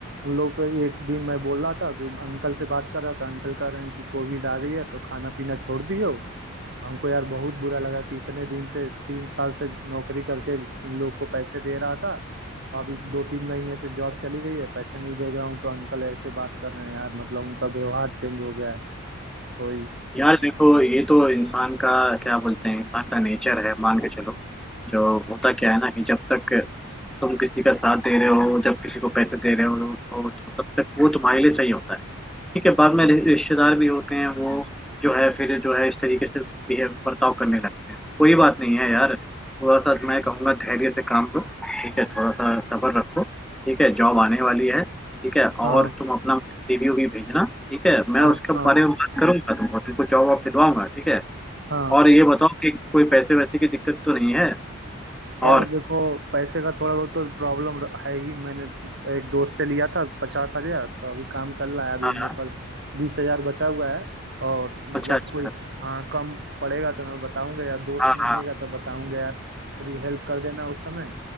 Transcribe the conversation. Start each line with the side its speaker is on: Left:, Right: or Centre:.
Right: उन लोग तो एक दिन मैं बोल रहा था कि अंकल से बात कर रहा था अंकल कह रहे हैं कि कोविड आ गई है तो खाना पीना छोड़ दियो हमको यार बहुत बुरा लगा कि इतने दिन से तीन साल से नौकरी करके उन लोग को पैसे दे रहा था अभी दो तीन महीने से जॉब चली गई है पैसे नहीं दे रहा हूँ तो अंकल ऐसे बात कर रहे हैं यार मतलब उनका व्यवहार चेंज हो गया है कोई
Centre: यार देखो ये तो इंसान का क्या बोलते हैं इंसान का नेचर है मान के चलो जो होता क्या है ना कि जब तक तुम किसी का साथ दे रहे हो जब किसी को पैसे दे रहे हो तो, तो तब तक वो तुम्हारे लिए सही होता है ठीक है बाद में रि- रिश्तेदार भी होते हैं वो जो है फिर जो है इस तरीके से बिहेव बर्ताव करने लगते हैं कोई बात नहीं है यार थोड़ा सा मैं कहूँगा धैर्य से काम लो ठीक है थोड़ा सा सब्र रखो ठीक है जॉब आने वाली है ठीक है
Right: हाँ
Centre: और तुम अपना सीवी भी भेजना ठीक है मैं
Right: हाँ
Centre: उसके
Right: हाँ
Centre: बारे में बात करूंगा तुमको तुमको जॉब वॉब दिलवाऊंगा ठीक है
Right: हाँ
Centre: और ये बताओ कि कोई पैसे वैसे की दिक्कत तो नहीं है और
Right: यार देखो पैसे का थोड़ा बहुत तो प्रॉब्लम है ही मैंने एक दोस्त से लिया था पचास हजार तो अभी काम चल रहा है अभी
Centre: हाँ
Right: मेरे पास बीस हजार बचा हुआ है और मतलब
Centre: अच्छा अच्छा
Right: कोई हाँ कम पड़ेगा तो मैं बताऊंगा यार दोस्त
Centre: हाँ
Right: मांगेगा
Centre: हाँ
Right: तो बताऊंगा यार पूरी हेल्प कर देना उस समय